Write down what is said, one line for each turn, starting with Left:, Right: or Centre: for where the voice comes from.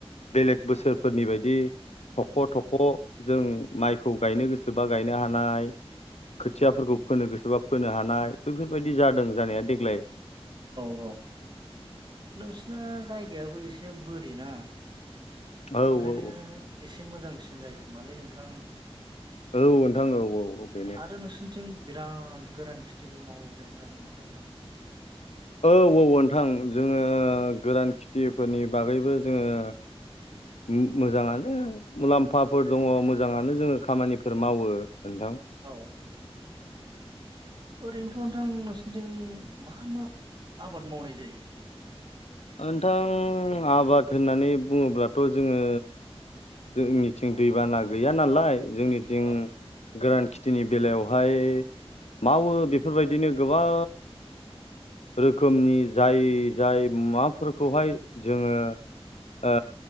Left: बेलेग बोसोरफोरनि बायदि थख' थख' जों माइखौ गायनो सोरबा गायनो हानाय खोथियाफोरखौ फोनो गोसोबा फोनो हानाय बेफोरबायदि जादों जानाया देग्लाय।
Right: औ औ नोंसिना जायगायाबो एसे बोरि ना।
Left: औ
Right: ओंखायनो
Left: औ
Right: एसे मोजांसिन जायोखोमालै नोंथां।
Left: औ नोंथां औ औ। औ बेनो
Right: आरो नोंसोरनिथिं बिराद गोरान खेथिबो मावो होननाय खोनादों माथो नोंथां।
Left: औ औ ओनथां जोङो गोदान खेथिफोरनि बागैबो जोङो मोजाङानो मुलाम्फाफोर दङ मोजाङानो जोङो खामानिफोर मावो नोथां
Right: औ ओरैनोथ' नोंथां नोंसिनथिं मा मा आबाद मावनाय जायो?
Left: नोंथां आबाद होननानै बुङोब्लाथ' जोङो जोंनिथिं दैबाना गैया नालाय जोंनिथिं
Right: औ
Left: गोरान खिथिनि बेलायावहाय मावो बेफोरबायदिनो गोबां रोखोमनि जाय जाय माफोरखौहाय जोङो ओ